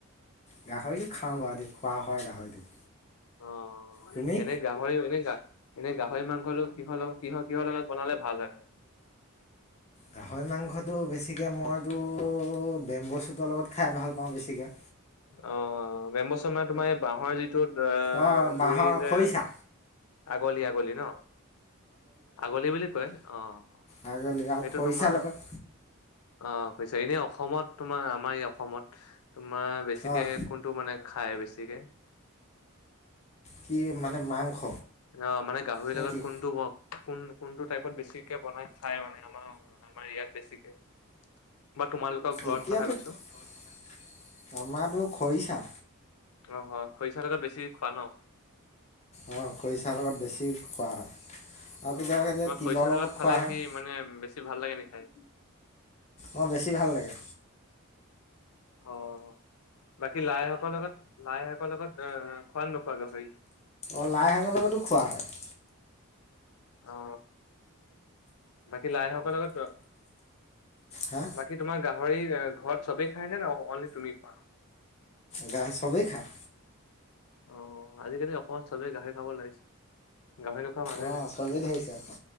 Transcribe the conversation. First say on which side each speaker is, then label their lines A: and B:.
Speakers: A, on the left; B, on the left.
A: গাহৰিটো খাওঁ বাৰু দে, খোৱা হয় গাহৰিটো।
B: অ'
A: তুমি
B: এনে গাহৰি, এনে গাহৰি মাংসটো কিহৰ লগত কিহৰ কিহৰ লগত বনালে ভাল হয়?
A: গাহৰি মাংসটো বেছিকে মইতো, বেম্ব' চুতৰ লগত খাই ভাল পাওঁ বেছিকে।
B: অ' বেম্ব' চুত মানে তোমাৰ এই বাঁহৰ যিটো এ
A: অঁ বাঁহৰ
B: গুৰি যে।
A: খৰিচা
B: আগলি আগলি ন? আগলি বুলি কয়, অ',
A: আগলি আৰু
B: সেইটো
A: খৰিচা
B: তোমাৰ।
A: লগত
B: অ' পিছে, এনে অসমত তোমাৰ আমাৰ এই অসমত তোমাৰ বেছিকে
A: অঁ
B: কোনটো মানে খায় বেছিকে?
A: কি মানে মাংস?
B: অঁ! মানে গাহৰিৰ
A: নে
B: লগত
A: কি
B: কোনটো ব কোন কোনটো টাইপত বেছিকে বনাই খাই মানে আমাৰ আমাৰ ইয়াত বেছিকে। বা তোমালোকৰ ঘৰত
A: এতিয়াতো
B: কথা কৈছো
A: <unintelligible> আমাৰতো খৰিচা।
B: অঁ হয়। খৰিচা লগত বেছি খোৱা ন?
A: অঁ! খৰিচাৰ লগত বেছি খোৱা হয় আৰু
B: অ
A: কেতিয়াবা-কেতিয়াবা
B: তোমাৰ খৰিচা
A: তিলৰ লগত
B: খালে
A: খোৱা হয়।
B: কি মানে বেছি ভাল লাগে নে খাই?
A: অঁ বেছি ভাল লাগে
B: অ! বাকী লাই শাকৰ লগত লাই শাকৰ লগত এ খোৱা নে নোখোৱা গাহৰি?
A: অঁ! লাই শাকৰ লগতো খোৱা হয়।
B: অঁ! বাকী লাই শাকৰ লগত
A: হা
B: বাকী তোমাৰ গাহৰি ঘৰত চবেই খাইনে নে অনলি তুমি খোৱা?
A: গা চবেই খায়।
B: অঁ! আজিকালি অসমত চবে গাহৰি খাব লাগিছে। গাহৰি ন নোখোৱা মানুহেই
A: অঁ
B: নাই।
A: চবেই ধৰিছে আকৌ